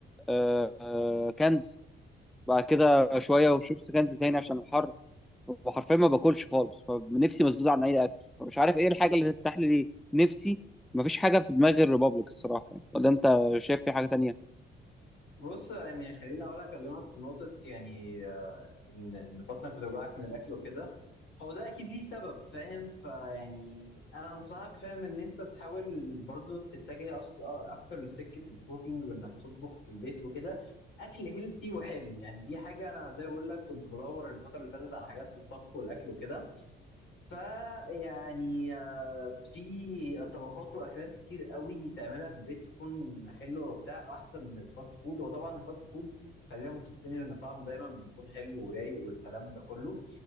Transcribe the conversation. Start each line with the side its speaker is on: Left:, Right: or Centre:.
Centre: آه، آه، كنز بعد كده شويه وشربت كنز تاني عشان الحر وحرفيا ما باكلش خالص فنفسي مسدود عن اي اكل فمش عارف ايه الحاجه اللي تفتح لي نفسي مفيش حاجه في دماغي الريبابليك الصراحه يعني. ولا انت شايف في حاجه تانية
Left: بص يعني خليني اقول اكلمك في نقطه يعني آه، ان ان بطنك بتوجعك من الاكل وكده هو ده اكيد ليه سبب فاهم فيعني انا انصحك فاهم ان انت تحاول برضو تتجه اصلا اكتر لسكه الكوكينج وانك تطبخ في البيت وكده اكل هيلسي وحلو يعني دي حاجه انا زي ما بقول لك كنت بدور الفتره اللي فاتت على حاجات في الطبخ والاكل وكده فيعني آه، في طبخات واكلات كتير قوي تعملها في البيت تكون حلوه وبتاع احسن من الفاست فود وطبعا الفاست فود خلينا متفقين ان طعمه دايما بيكون حلو ورايق والكلام ده كله